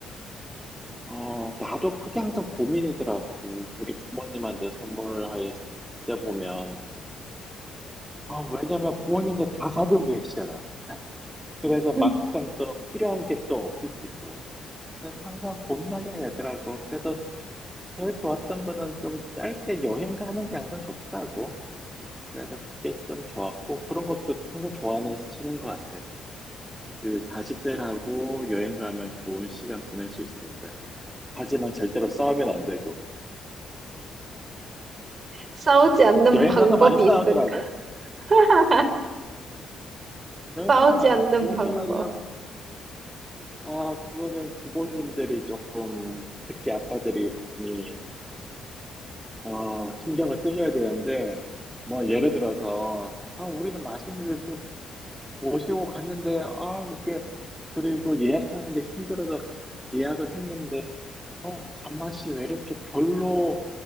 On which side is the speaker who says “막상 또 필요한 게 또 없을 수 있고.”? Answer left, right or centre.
Centre